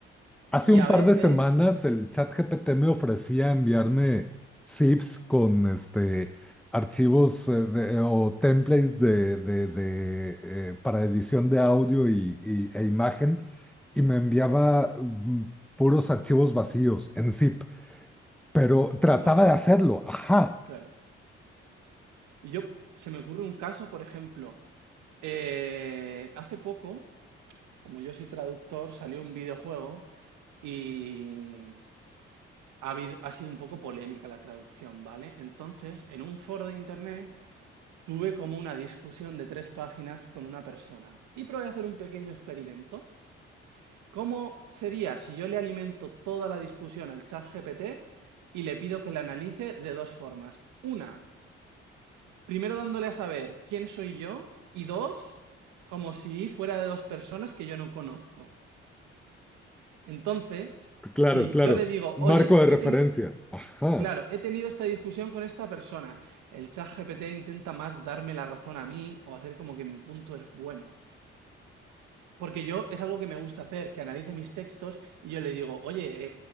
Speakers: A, in the centre; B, on the right.
A: Hace
B: y
A: un
B: a
A: par
B: veces...
A: de semanas el chat GPT me ofrecía enviarme zips con este, archivos eh, de- eh, o templates de, de- de, eh, para edición de audio y, y- e imagen y me enviaba mm, puros archivos vacíos en zip, pero trataba
B: <laughs> Vaya.
A: de hacerlo. Ajá,
B: Claro. Y yo, se me ocurre un caso, por ejemplo, eh, hace poco, como yo soy traductor, salió un videojuego y ha, habido- ha sido un poco polémica la traducción, ¿vale? Entonces, en un foro de internet tuve como una discusión de tres páginas con una persona y probé a hacer un pequeño experimento. ¿Cómo sería si yo le alimento toda la discusión al chat GPT y le pido que la analice de dos formas? Una, primero dándole a saber quién soy yo y dos, como si fuera de dos personas que yo no conozco. Entonces,
A: claro,
B: si
A: claro.
B: yo le digo,
A: Marco
B: oye,
A: de referencia.
B: he tenido...
A: Ajá,
B: Claro, he tenido esta discusión con esta persona. El chat GPT intenta más darme la razón a mí o hacer como que mi punto es bueno. Porque yo es algo que me gusta hacer, que analice mis textos y yo le digo, oye,